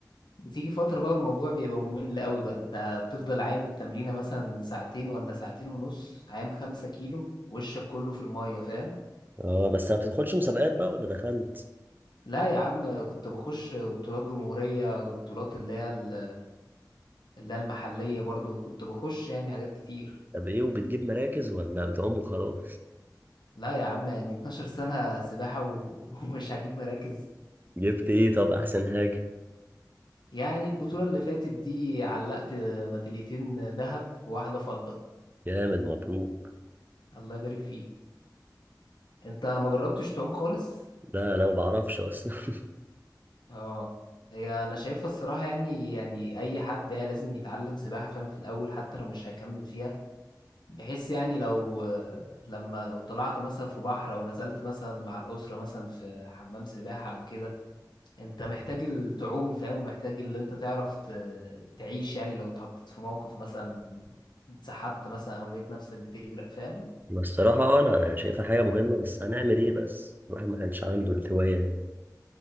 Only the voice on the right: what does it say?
اه بس ما بتدخلش مسابقات بقى ولا دخلت
طب ايه وبتجيب مراكز ولا بتعوم وخلاص
جبت ايه طب احسن حاجة
جامد مبروك
لا انا ما بعرفش اصلا <laughs>
بس الصراحة انا أنا يعني شايفها حاجة مهمة بس هنعمل ايه بس الواحد ما كانش عنده الهواية دي